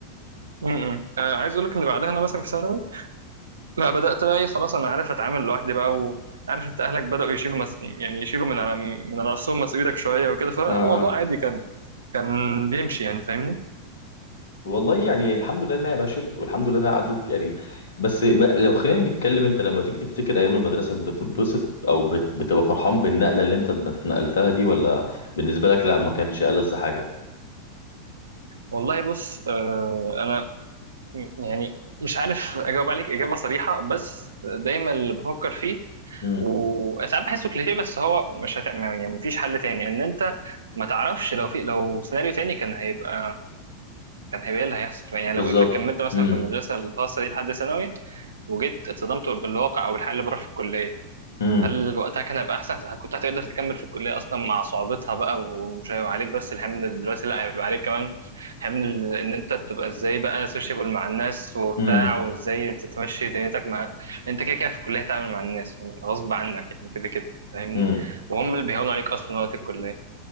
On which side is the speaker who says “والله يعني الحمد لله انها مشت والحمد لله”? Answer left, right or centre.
Left